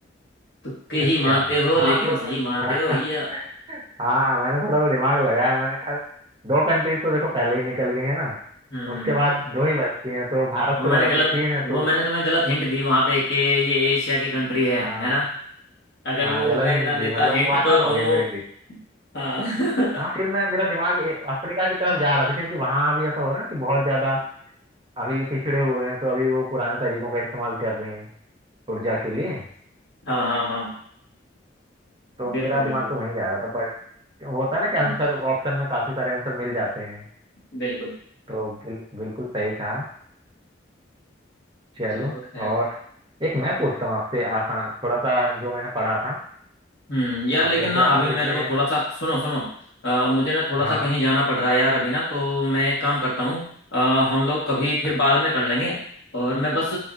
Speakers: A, on the left; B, on the right.
A: तुक्के
B: अच्छा
A: ही मारते हो
B: हाँ
A: लेकिन
B: थोड़ा सा
A: सही
B: मैंने-
A: मारते
B: <laughs>
A: हो भैया
B: हाँ हाँ, मैंने थोड़ा सा दिमाग लगाया मैंने कहा दो कंट्रीज तो देखो पहले ही निकल गई है ना
A: हम्म
B: उसके बाद दो ही बचती हैं तो भारत
A: वो
B: से
A: मैंने
B: बड़ा
A: गलत
B: तो चीन है तो
A: वो मैंने तुम्हें गलत हिंट दी वहां पे कि ये एशिया की कंट्री है
B: हाँ
A: है ना अगर
B: हाँ
A: वो
B: गलत
A: मैं
B: हिंट
A: ना देता
B: दी मतलब
A: हिंट
B: वो आसान
A: तो
B: हो
A: तुम
B: गया मेरे लिए
A: हाँ <laughs>
B: हाँ फिर मैं मेरा दिमाग ए- अफ्रीका की तरफ जा रहा था क्योंकि वहां भी ऐसा हो रहा है कि बहुत ज्यादा अभी पिछड़े हुए हैं तो अभी वो पुराने तरीकों का इस्तेमाल कर रहे हैं ऊर्जा के लिए
A: हाँ हाँ हाँ
B: तो
A: बिल्कुल
B: मेरा दिमाग
A: बिल्कुल बिल्कुल
B: तो वहीं जा रहा था बट होता है ना कि आंसर
A: हम्म,
B: ऑप्शन में काफी सारे आंसर मिल जाते हैं
A: बिल्कुल
B: तो बिल, बिल्कुल सही कहा चलो
A: चलो खैर
B: और एक मैं पूछता हूँ आपसे आसान थोड़ा सा जो मैंने पढ़ा था
A: हम्म यार
B: आप
A: लेकिन
B: जैसे
A: ना
B: हाँ
A: अभी
B: आप
A: मेरे
B: इतने
A: को थोड़ा सा सुनो सुनो अ, मुझे ना थोड़ा
B: हाँ
A: सा कहीं जाना पड़ रहा है यार अभी ना तो मैं एक काम करता हूँ अ, हम लोग कभी फिर
B: अच्छ-
A: बाद में कर लेंगे और मैं बस